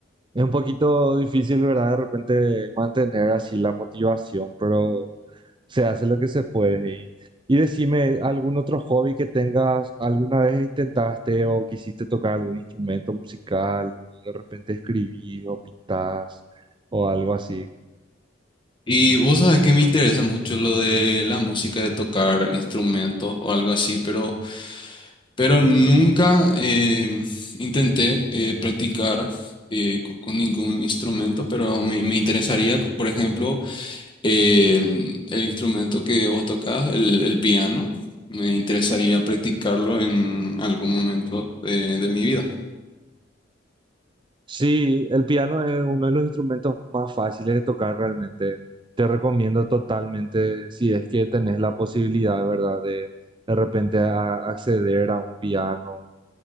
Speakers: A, on the right; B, on the left.
A: Es un poquito difícil, ¿verdad? De repente mantener así la motivación, pero se hace lo que se puede. Y, y decime, ¿algún otro hobby que tengas? ¿Alguna vez intentaste o quisiste tocar algún instrumento musical? O de repente escribís o pintás o algo así.
B: Y vos sabés que me interesa mucho lo de la música, de tocar instrumentos o algo así, pero, pero nunca eh, intenté eh, practicar eh, co- con, ningún instrumento, pero me, me interesaría, por ejemplo, eh, el instrumento que vos tocás, el, el piano, me interesaría practicarlo en algún momento eh, de mi vida.
A: Sí, el piano es uno de los instrumentos más fáciles de tocar realmente. Te recomiendo totalmente, si es que tenés la posibilidad, ¿verdad? De de repente a- acceder a un piano